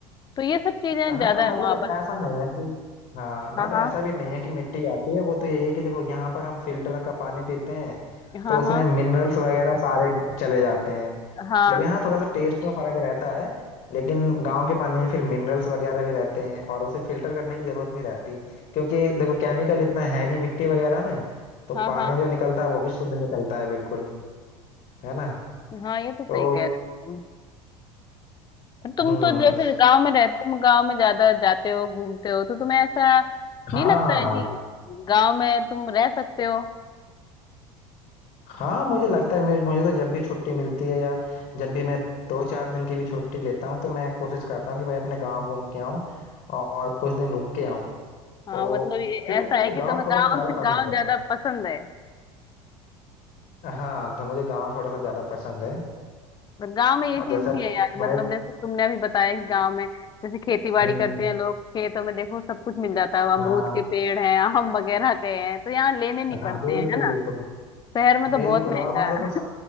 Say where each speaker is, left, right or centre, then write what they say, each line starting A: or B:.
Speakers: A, on the left; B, on the left.
A: तो ये सब चीजें
B: हाँ
A: ज्यादा
B: मतलब
A: है वहां पर
B: ऐसा नहीं है कि हाँ बट
A: हाँ
B: ऐसा
A: हाँ
B: भी नहीं है कि मिट्टी आती है वो तो यही है कि देखो यहाँ पर हम फिल्टर का पानी पीते हैं
A: हाँ
B: तो उसमें
A: हाँ
B: मिनरल्स वगैरह सारे चले जाते हैं
A: हाँ
B: लेकिन हाँ थोड़ा सा टेस्ट में फर्क रहता है लेकिन गांव के पानी में फिर मिनरल्स वगैरह भी रहते हैं और उसे फिल्टर करने की जरूरत नहीं रहती क्योंकि देखो केमिकल इतना है नहीं मिट्टी वगैरह में तो
A: हाँ
B: पानी जो निकलता है वो भी शुद्ध निकलता है बिल्कुल है ना
A: हाँ हाँ ये तो सही
B: तो
A: कह रहे हो तुम। तुम
B: हम्म
A: तो जैसे गांव में रहते तुम गांव में ज्यादा जाते हो घूमते हो तो तुम्हें ऐसा नहीं
B: हाँ
A: लगता है कि गांव में तुम रह सकते हो
B: हाँ मुझे लगता है मुझे मुझे तो जब भी छुट्टी मिलती है या जब भी मैं दो चार दिन की भी छुट्टी लेता हूँ तो मैं कोशिश करता हूँ कि भाई अपने गांव घूम के आऊँ और कुछ दिन रुक के आऊँ
A: हाँ
B: तो
A: मतलब ये
B: क्योंकि
A: ऐसा
B: मुझे
A: है
B: गांव
A: कि तुम्हें
B: थोड़ा
A: गांव
B: सा ज़्यादा
A: <laughs>
B: पसंद
A: गांव
B: है
A: ज्यादा पसंद है
B: हाँ तो मुझे गांव थोड़ा सा ज़्यादा पसंद है
A: पर गांव में ये
B: और
A: चीज
B: जैसे
A: भी है यार मतलब
B: भाई
A: जैसे तुमने अभी बताया कि गांव में जैसे खेती बाड़ी
B: हम्म,
A: करते हैं लोग खेतों में देखो सब कुछ मिल जाता है अमरूद
B: हाँ हाँ
A: के पेड़ हैं आम वगैरह के हैं तो यहाँ लेने नहीं
B: हाँ
A: पड़ते
B: बिल्कुल
A: हैं है ना
B: बिल्कुल
A: शहर में तो
B: बिल्कुल
A: बहुत महंगा
B: और वहाँ
A: है
B: देखो